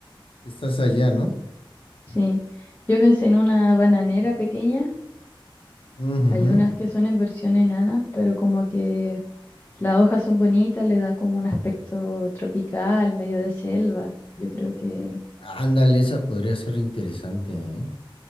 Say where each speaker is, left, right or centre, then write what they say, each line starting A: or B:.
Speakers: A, on the left; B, on the left.
A: Estás allá, ¿no?
B: sí, yo pensé en una bananera pequeña.
A: Ujujú.
B: Hay unas que son en versión enana, pero como que las hojas son bonitas, le da como un aspecto tropical, medio de selva. Yo creo que,
A: Ándale, esa podría ser interesante, ¿eh?